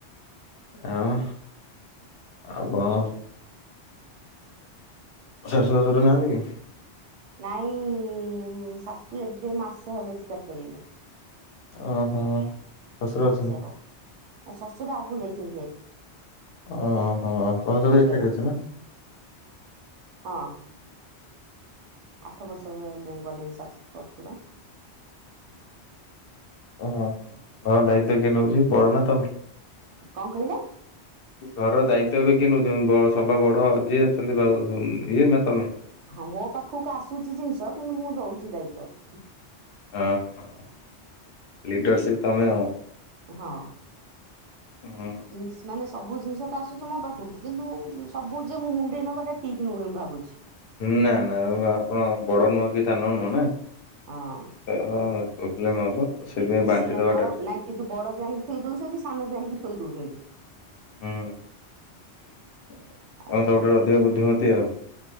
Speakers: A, on the left; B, on the right.
A: ଆଉ ଆଉ କଣ? ଶାଶୁ ଶାଶୁର ନାହାନ୍ତି କି?
B: ନାଇଁ ଶାଶୁ ଏବେ ମାସେ ହବ ଏକ୍ସପାଡ କରିଗଲେ।
A: ଓହୋ। ଶ୍ୱଶୁର
B: ମାସେ
A: ଅଛନ୍ତି।
B: ହବ ଆଉ ଶଶୁର ଆଗରୁ ଯାଇଛନ୍ତି ହେରି
A: ଓହୋ ତମେ ସବୁ ଏକାଠି
B: ହେଲା
A: ଅଛ ନା?
B: ହଁ। ଆଠ ବର୍ଷ ଗଲେଇଁ ଗଲେଣି ଶାଶ ଶଶୁର।
A: ଓହୋ ଘର ଦାୟିତ୍ କିଏ ନେଉଛି ବଡ ନା ତମେ?
B: କଣ କହିଲେ?
A: ମୁଁ କହିଲି ଘରର ଦାୟିତ୍ଵ ଏବେ କିଏ ନଉଛନ୍ତି ବ ସବା ବଡ ଯିଏ ଅଛନ୍ତି ଭାଉ ଉଁ ଇଏ ନା ତମେ?
B: ହଁ ମୋ ପାଖକୁ ଆସୁଛି ଜିନିଷ କିନ୍ତୁ ମୁଁ ଦଉଛି ଦାୟିତ୍ଵ ଟା।
A: ଅ ହ ହ ଲିଡରସିପ ତମେ ଆଉ।
B: ହଁ।
A: ହଁ।
B: ଜିନସ୍ ନାହିଁ ଆ ସବୁ ଜିନିଷ ଟା ଆସୁଛି ମୋ ପାଖକୁ କିନ୍ତୁ ଉଁ ସବୁ ଯେ ମୁଁ ମୁଣ୍ଡେଇ ନବାଟା ଠିକ ନୁହେଁ ମୁଁ ଭାବୁଛି।
A: ନା ନା ଆପଣ ବଡ ନୁହଁ କି ସାନ ନୁହଁ ନା ତ
B: ହଁ
A: ପ୍ରୋବ୍ଲେମ୍ ହବ ତ ସେଥିପାଇଁ
B: କିନ୍ତୁ
A: ବାଣ୍ଟି
B: ସି ନାଇଁ
A: ଦେବାଟା
B: ବଡ
A: ଠିକ୍।
B: ନାଇଁ କିନ୍ତୁ ବଡ ଜାଣିକି ଥୋଇ ଦଉଛନ୍ତି ସାନ ଜାଣିକି ଥୋଇ ଦଉଛନ୍ତି।
A: ହୁଁ ତମ
B: ଆଉ
A: ସବୁଠାରୁ ଅଧିକ ବୁଦ୍ଧିମତି ଆଉ।